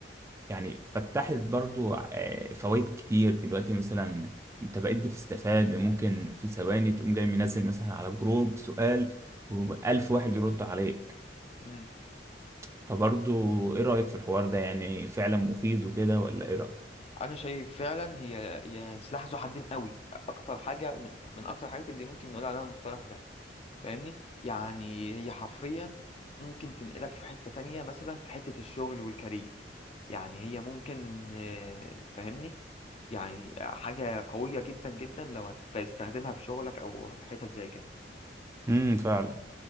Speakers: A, on the right; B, on the left.
A: يعني فتحت برضو آه، فوائد كتير دلوقتي مثلا انت بقيت بتستفاد ممكن في ثواني تقوم جاي منزل مثلا على جروب سؤال وألف واحد يرد عليك
B: مم.
A: فبرضو ايه رأيك في الحوار ده يعني فعلا مفيد وكده ولا ايه رأيك؟
B: انا شايف فعلا هي هي سلاح ذو حدين قوي اكتر حاجة من, من اكتر الحاجات اللي ممكن نقول عليها المصطلح ده فاهمني يعني هي حرفيا ممكن تنقلك في حتة تانية مثلا في حتة الشغل والكارير يعني هي ممكن آه، فاهمني يعني حاجة قوية جدا جدا لو هتستخدمها في شغلك أو حتت زي كده
A: امم فعلا